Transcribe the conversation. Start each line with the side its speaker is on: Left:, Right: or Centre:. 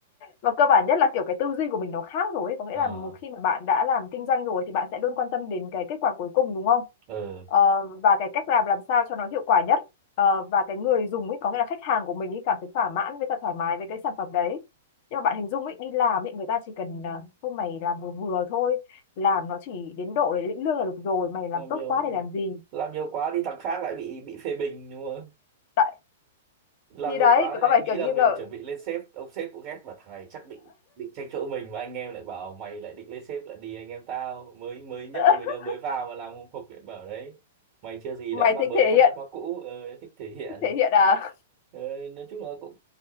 Left: Và cơ bản nhất là kiểu cái tư duy của mình nó khác rồi ấy. Có nghĩa
Right: Ờ,
Left: là một khi mà bạn đã làm kinh doanh rồi thì bạn sẽ luôn quan tâm đến cái kết quả cuối cùng đúng không?
Right: ờ,
Left: Ờ, và cái cách làm làm sao cho nó hiệu quả nhất Ờ, và cái người dùng ấy có nghĩa là khách hàng của mình ấy cảm thấy thỏa mãn với cả thoải mái với cái sản phẩm đấy. Nhưng mà bạn hình dung ấy đi làm ấy người ta chỉ cần ờ, thôi mày làm vừa vừa thôi, làm nó chỉ đến độ để lĩnh lương là được rồi, mày làm
Right: làm
Left: tốt
Right: nhiều
Left: quá để làm gì?
Right: làm nhiều quá đi thằng khác lại bị bị phê bình đúng không?
Left: Tại
Right: Làm
Left: thì
Right: nhiều
Left: đấy
Right: quá đấy,
Left: có
Right: anh
Left: phải
Right: nghĩ
Left: kiểu như
Right: là mình
Left: là
Right: chuẩn bị lên sếp, ông sếp cũng ghét mà thằng này chắc định định tranh chỗ mình mà anh em lại bảo mày lại định lên sếp lại đi anh em tao mới mới nhất
Left: <laughs>
Right: là mới đưa mới vào mà làm hộp điện bảo đấy mày chưa gì
Left: mày
Right: đã ma
Left: thích
Right: mới
Left: thể
Right: bắt
Left: hiện
Right: nạt ma cũ ờ, thích thể hiện
Left: thích thể hiện à?
Right: ờ, nói chung là cũng